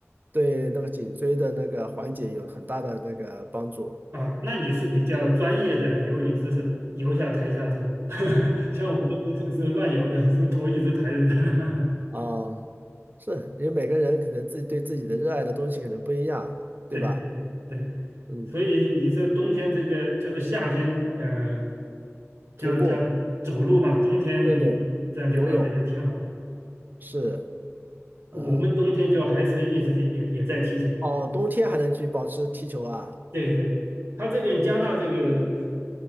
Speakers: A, on the right (about 40°); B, on the right (about 65°).
A: 对那个颈椎的那个缓解有很大的那个帮助
B: 啊。那你是比较专业的游泳知识，游下抬下头，<laughs> 像我们这个是是乱游的，是头一直抬着的。<laughs>
A: 啊。是，因为每个人可能自己对自己的热爱的东西可能不一样，对吧？
B: 对对对，
A: 嗯，
B: 所以你这冬天这个就是夏天，嗯，就叫走路嘛，
A: 徒步。
B: 冬天游泳这样就安排就挺好的。
A: 对对，游泳是，
B: 我们冬天就还是一直在也也在踢球。
A: 呃，哦，冬天还能去保持踢球啊，
B: 对对，他这边加大这个